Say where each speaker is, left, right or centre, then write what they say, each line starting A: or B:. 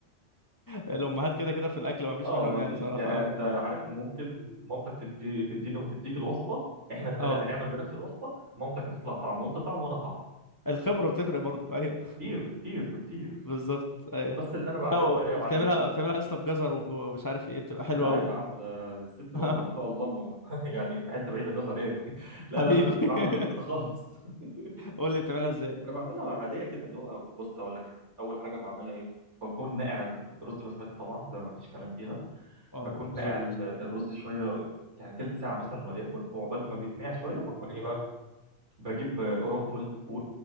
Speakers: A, on the left (about 20°); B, on the right (about 75°).
A: الامهات كده كده في الاكل ما فيش
B: اه
A: منهم
B: مفيش
A: يعني صراحه
B: يعني
A: اه
B: انت عارف إن ممكن مامتك تدي تديني وتديك الوصفه احنا الثلاثه
A: اه
B: نعمل بنفس الوصفه مامتك هتطلع طعم وانت طعم وانا طعم
A: الخبره بتفرق برضه <laughs> ايوه
B: بكتير بكتير بكتير
A: بالظبط ايوه
B: بس اللي انا بعمله
A: لا وبتعملها
B: بقى ايه يا معلم
A: بتعملها يا اسطى بجزر وب- ومش عارف ايه بتبقى حلوه
B: لا
A: قوي
B: يا عم ده الست الوالده
A: <laughs>
B: ما شاء الله ما <laughs> يعني في حته بعيده جزر ايه <laughs> لا
A: حبيبي
B: لا لا بعمل غير كده
A: <laughs>
B: خالص <laughs>
A: قول لي بتعملها ازاي
B: انا بعملها عاديه كده اللي هو بص اقول لك حاجه اول حاجه بعملها ايه بكون ناقع الرز بسمتي طبعا ده مفيش كلام فيها
A: اه
B: بكون
A: بالظبط
B: ناقع ال- الرز شويه يعني تلت ساعه مثلا وليكن وعقبال ما بيتنقع شويه بكون ايه بقى بجيب قرنفل و...